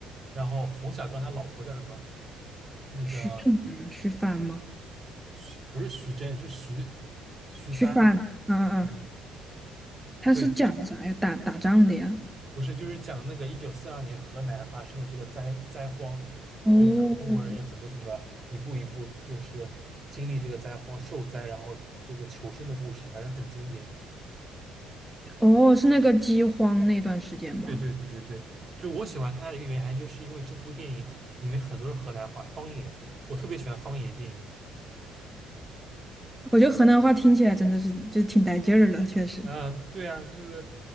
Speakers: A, on the right; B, in the centre.
A: 然后冯小刚他老婆叫什么？那个。
B: 徐什么呀？徐帆吗？
A: 徐不是徐峥，是徐徐帆。
B: 徐帆，啊啊啊！
A: 嗯，
B: 他是讲的啥呀？
A: 对，
B: 打打仗的呀？
A: 不是，就是讲那个一九四二年河南发生的这个灾灾荒，
B: 哦
A: 就是讲中国人就怎么怎么一步一步就是经历这个灾荒受灾，然后这个求生的故事，反正很经典。
B: 哦，是那个饥荒那段时间吗？
A: 对对对对对，就我喜欢看它的一个原因，就是因为这部电影里面很多是河南话方言，我特别喜欢方言电影。
B: 我觉得河南话听起来真的是就挺带劲儿的，确实。
A: 啊，对啊，这个